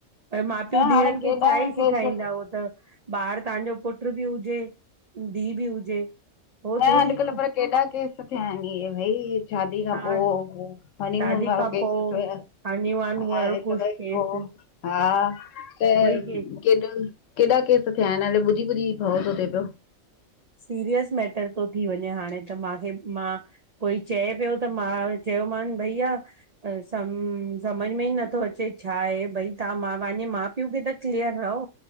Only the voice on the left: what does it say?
न
हाणे
केॾा
केस न
अॼुकल्ह पर केॾा केस थिया आहिनि इहे बई शादी खां
पोइ हनीमून
वारो
केस
ॾिठोया
आहे
तडहेप
पो हा त
केतरन केॾा केस थिया आहिनि हाणे ॿुधी ॿुधी भवु थो थिए पियो